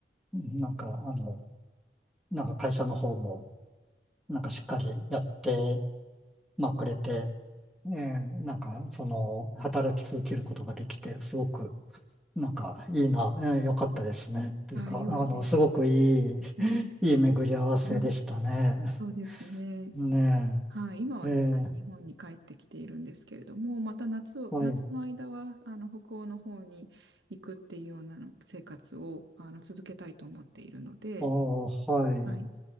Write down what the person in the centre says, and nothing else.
なんか、あの、なんか会社の方も、なんかしっかりやって、まあ、くれて、えーなんか、その、働き続けることができて、すごく、なんか、いいな、えー、よかったですね。っていうか、
あの、すごくいい、<laughs>
いい巡り合わせでしたね。
ね
え、えー
はい、
あーはい。